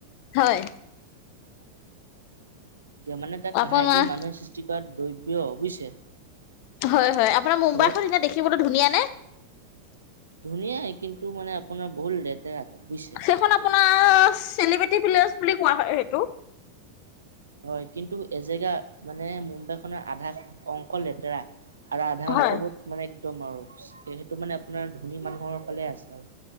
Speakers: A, on the left; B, on the right.
A: হয়
B: <unintelligible> মানে তাত
A: আপোনাৰ
B: ঘাইকে মানুহে সৃষ্টি কৰা দ্ৰব্য কিয় বুজিছে
A: হয় হয় আপোনাৰ মুম্বাইখন
B: হেল্ল'
A: এয়া দেখিবতো ধুনীয়া নে
B: ধুনীয়াই কিন্তু মানে আপোনাৰ বহুত লেতেৰা তাত বুজিছে
A: সেইখন আপোনাৰ চেলিবেটি <unintelligible> বুলি কোৱা হয় সেইটো
B: হয় কিন্তু এজেগা মানে মুম্বাই খনৰ আধা অংশ অকল লেতেৰা আৰু আধা অংশ
A: হয়
B: বোৰত মানে একদম আৰু সেইটো মানে আপোনাৰ ধনী মানুহৰ ফালে আছে আৰু